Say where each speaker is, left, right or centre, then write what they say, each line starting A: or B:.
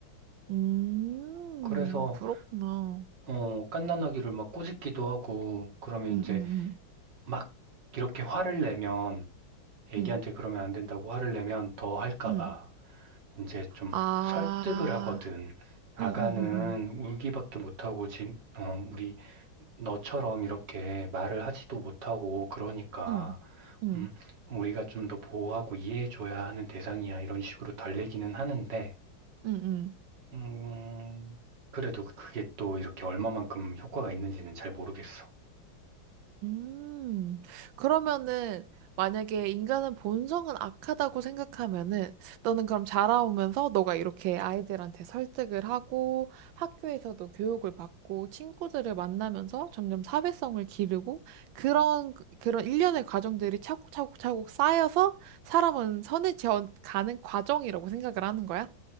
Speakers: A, on the right; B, on the right.
A: 음,
B: 그래서
A: 그렇구나.
B: 어, 갓난아기를 막 꼬집기도 하고 그러면
A: 응,
B: 이제
A: 응,
B: 막 이렇게 화를 내면 애기한테
A: 응,
B: 그러면 안 된다고 화를 내면 더 할까
A: 응,
B: 봐.
A: 응.
B: 이제 좀
A: 아,
B: 설득을 하거든. 아가는
A: 음, 음, 음,
B: 울기밖에 못하고, 진, 어, 우리 너처럼 이렇게 말을 하지도 못하고 그러니까,
A: 음, 음, 음,
B: 음, 우리가 좀 더 보호하고 이해해줘야 하는 대상이야. 이런 식으로 달래기는 하는데,
A: 음, 음. 음.
B: 음, 그래도 그게 또 이렇게 얼마만큼 효과가 있는지는 잘 모르겠어.
A: 음. 그러면은, 만약에 인간은 본성은 악하다고 생각하면은, 너는 그럼 자라오면서 너가 이렇게 아이들한테 설득을 하고, 학교에서도 교육을 받고, 친구들을 만나면서 점점 사회성을 기르고, 그런, 그런 일련의 과정들이 차곡차곡차곡 쌓여서 사람은 선을 지어 가는 과정이라고 생각을 하는 거야?